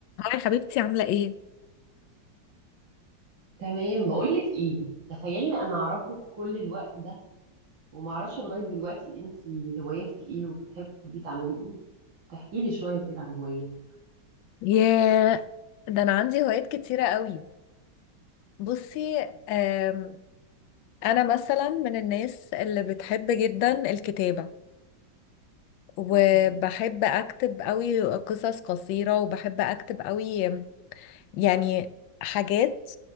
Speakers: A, on the left; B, on the right.
A: هاي حبيبتي عاملة ايه؟
B: تمام بقولك ايه تخيلي انا اعرفك كل الوقت ده وما اعرفش لغايه دلوقتي انتي هواياتك ايه وبتحبي تعملي ايه تحكي لي شويه كده عن هواياتك
A: ياه ده انا عندي هوايات كتيرة قوي بصي آم، انا مثلا من الناس اللي بتحب جدا الكتابة وبحب
B: مم.
A: اكتب قوي قصص قصيرة وبحب اكتب قوي آم، يعني حاجات